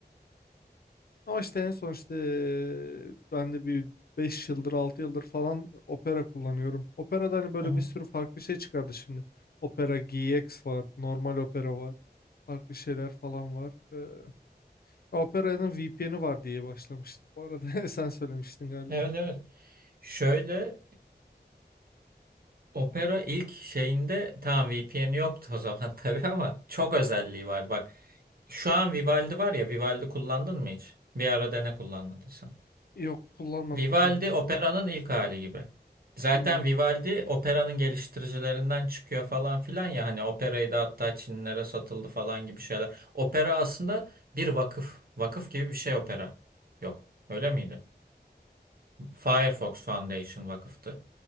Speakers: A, on the left (about 60°); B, on the right (about 60°).
A: ama işte en son işte e, ben de bir 5 yıldır 6 yıldır falan Opera kullanıyorum. Opera'da hani böyle
B: Hı hı.
A: bir sürü farklı şey çıkardı şimdi. Opera GX var. Normal Opera var. Farklı şeyler falan var. Ee, Opera'nın VPN'i var diye başlamıştım. Bu arada <laughs> sen söylemiştin galiba.
B: Evet evet. Şöyle Opera ilk şeyinde tamam VPN yoktu o zaman <laughs> tabii ama çok özelliği vardı. Bak şu an Vivaldi var ya Vivaldi kullandın mı hiç? Bir ara dene kullanmadıysan.
A: Yok kullanmadım
B: Vivaldi
A: sanıyorsam.
B: Opera'nın ilk hali gibi. Zaten
A: Hmm,
B: Vivaldi Opera'nın geliştiricilerinden çıkıyor falan filan ya hani Opera'yı da hatta Çinlilere satıldı falan gibi şeyler. Opera aslında bir vakıf. Vakıf gibi bir şey Opera. Yok. Öyle miydi? Firefox Foundation vakıftı.